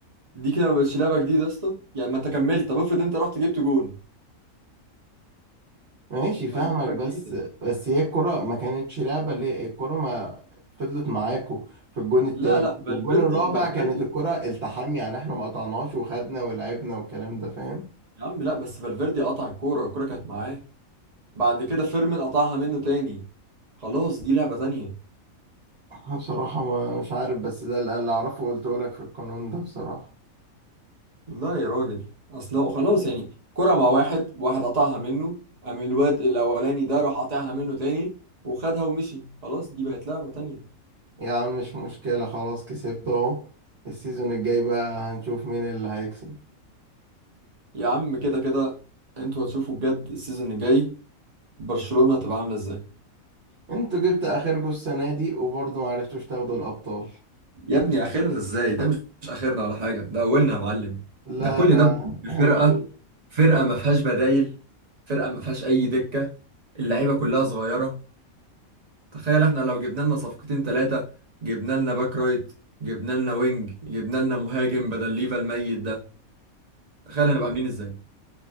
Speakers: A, on the right; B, on the right.
A: دي كده ما بقتش لعبة جديدة يا اسطى يعني ما انت كملت طب افرض انت رحت جبت جون
B: ماشي
A: ما
B: فاهمك
A: دي لعبة
B: بس
A: جديدة
B: بس هي الكرة ما كانتش لعبة اللي هي الكرة ما فضلت معاكو في الجون التاني
A: لا لا فالفيردي
B: والجون الرابع
A: فالفيردي
B: كانت الكرة التحام يعني احنا ما قطعناش وخدنا ولعبنا والكلام ده فاهم
A: يا عم لا بس فالفيردي قطع الكورة الكورة كانت معاه بعد كده فيرمين قطعها منه تاني خلاص دي لعبة تانية
B: أنا بصراحة ما مش عارف بس ده اللي اللي أعرفه قلته لك في القانون ده بصراحة
A: لا يا راجل اصل هو خلاص يعني كرة مع واحد واحد قطعها منه قام الواد الاولاني ده راح قاطعها منه تاني وخدها ومشي خلاص دي بقت لعبة تانية
B: يا عم مش مشكلة خلاص كسبت أهو السيزون الجاي بقى هنشوف مين اللي هيكسب
A: يا عم كده كده انتوا هتشوفوا بجد السيزون الجاي برشلونة هتبقى عاملة ازاي
B: انتوا جبت آخركوا السنة دي وبرضه ما عرفتوش تاخدوا الأبطال
A: يا ابني اخرنا ازاي ده مش مش اخرنا ولا حاجة ده اولنا يا معلم
B: لا
A: ده كل
B: لا
A: ده بفرقة
B: هنشوف
A: فرقة ما فيهاش بدايل فرقة ما فيهاش اي دكة اللعيبة كلها صغيرة تخيل احنا لو جبنا لنا صفقتين ثلاثة جبنا لنا باك رايت جبنا لنا وينج جبنا لنا مهاجم بدل ليفا الميت ده تخيل هنبقى عاملين ازاي